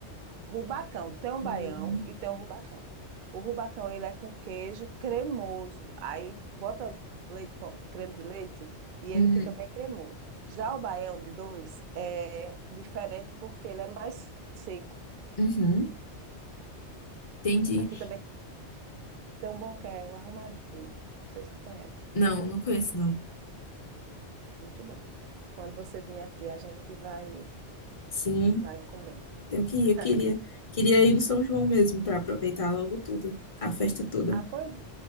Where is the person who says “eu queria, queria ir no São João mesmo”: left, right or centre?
Left